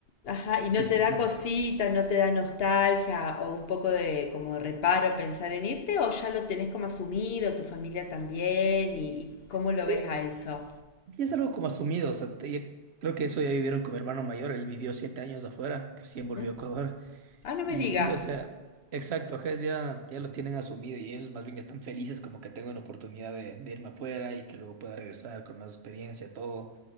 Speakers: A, on the left; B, on the right.
A: Ajá, y
B: Sí,
A: no te
B: sí,
A: da
B: sí.
A: cosita, no te da nostalgia o un poco de como reparo pensar en irte o ya lo tenés como asumido, tu familia también y, y cómo lo
B: Sí,
A: ves a eso.
B: y es algo como asumido, o sea, te- ya- creo que eso ya vivieron con mi hermano mayor, él vivió siete años afuera, recién volvió
A: ¿Mm?
B: a Ecuador.
A: Ah, no me
B: Y
A: digas.
B: sí, o sea, exacto, ajá, es ya, ya lo tienen asumido y ellos más bien están felices como que tengo una oportunidad de, de irme afuera y que luego pueda regresar con más experiencia, todo.